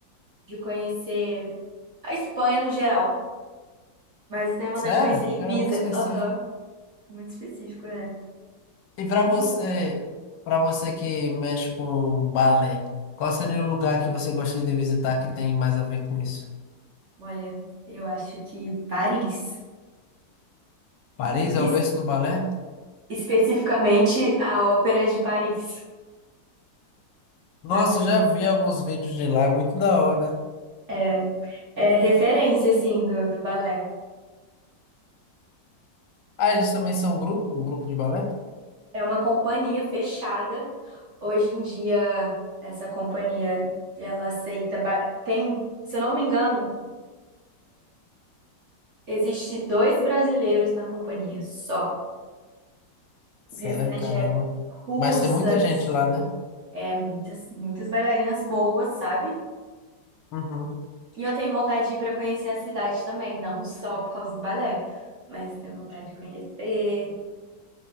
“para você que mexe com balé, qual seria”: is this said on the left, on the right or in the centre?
Left